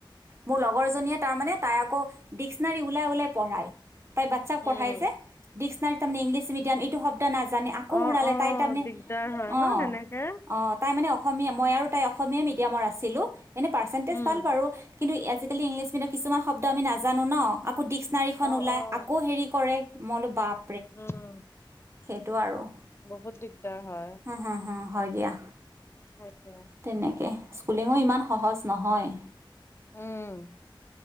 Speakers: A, on the right; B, on the left.
A: মোৰ লগৰ জনীয়ে তাৰ মানে তাই আকৌ ডিক্সনাৰী ওলাই ওলাই পঢ়ায়। তাই বাচ্ছাক
B: উম।
A: পঢ়াই যে ডিস্ক তাই তাৰমানে ইংলিছ মিডিয়াম এইটো শব্দ ন <unintelligible> আকৌ
B: অ',
A: <unintelligible>
B: অ',
A: তাই তাৰে
B: দিগদাৰ হয়
A: অ'
B: ন সেনেকে।
A: অ' তাই মানে‌‌ অসমীয়া মই আৰু তাই অসমীয়া মিডিয়ামৰ আছিলে। এনেই পাৰ্চেন্টেজ
B: উম,
A: ভাল বাৰু। কিন্তু আজিকালি ইংলিছ মিডিয়াম কিছুমান শব্দ আমি নানো ন। আকৌ ডিক্সনাৰীখন
B: অ',
A: ওলাই,
B: অ',
A: আকৌ হেৰি কৰে মই বোলো বাপ
B: উম।
A: সেইটো আৰু।
B: বহুত ডিগদাৰ হয়।
A: হা হা হা হয়, দিয়া।
B: সেইটোৱে।
A: তেনেকে। স্কুলিঙো ইমান সহজ নহয়।
B: উম,